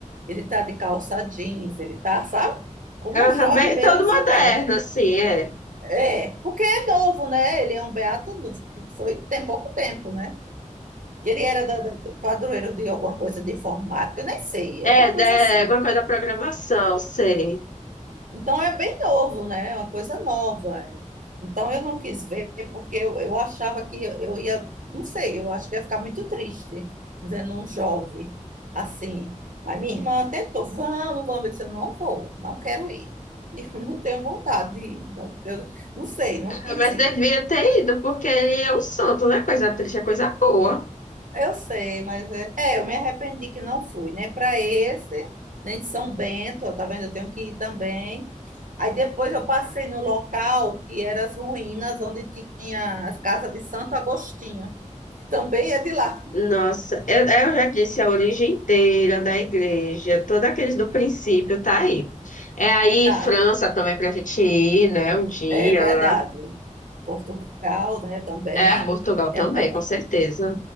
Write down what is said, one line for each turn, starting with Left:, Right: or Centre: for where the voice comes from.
Right: ele tá de calça jeans, ele tá, sabe? Como
Left: Aham,
Right: um jovem
Left: bem,
Right: mesmo
Left: todo
Right: se
Left: moderno,
Right: veste.
Left: assim, é.
Right: É, porque é novo, né? Ele é um beato novo, que foi tem pouco tempo, né? Ele era da, da, da- padroeiro de alguma coisa de informática, eu nem sei,
Left: É,
Right: alguma coisa
Left: de- é
Right: assim.
Left: alguma coisa da programação, sei.
Right: Então é bem novo, né? É uma coisa nova. é. Então eu não quis ver porque eu, eu achava que eu ia, não sei, eu acho que ia ficar muito triste vendo um jovem assim. Mas minha irmã tentou, vamos, vamos. Eu disse, eu não vou, não quero ir. <laughs> Eu não tenho vontade de ir, não, eu não sei, não quis
Left: Ah, Mas
Right: ir.
Left: devia ter ido, porque ele é um santo, não é coisa triste, é coisa boa.
Right: Eu sei, mas é, é, eu me arrependi que não fui, nem para esse, nem de São Bento, ó, tá vendo? Eu tenho que ir também. Aí depois eu passei no local que eram as ruínas onde tinha as casas de Santo Agostinho, que também é de lá,
Left: Nossa, eu, eu já disse a origem inteira da igreja, todos aqueles do princípio tá aí. É aí
Right: tá?
Left: França também pra gente ir, né? Um dia
Right: É verdade.
Left: lá.
Right: Portugal, né, também.
Left: É, Portugal também,
Right: É- é-
Left: com certeza.